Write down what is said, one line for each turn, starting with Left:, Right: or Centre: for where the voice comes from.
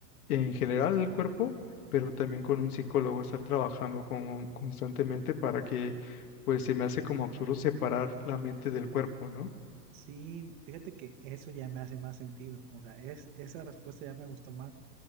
Left: en general el cuerpo, pero también con un psicólogo, estar trabajando con, constantemente para que, pues se me hace como absurdo separar la mente del cuerpo, ¿no?
Right: Sí, fíjate que eso ya me hace más sentido. O sea, es, esa respuesta ya me gustó más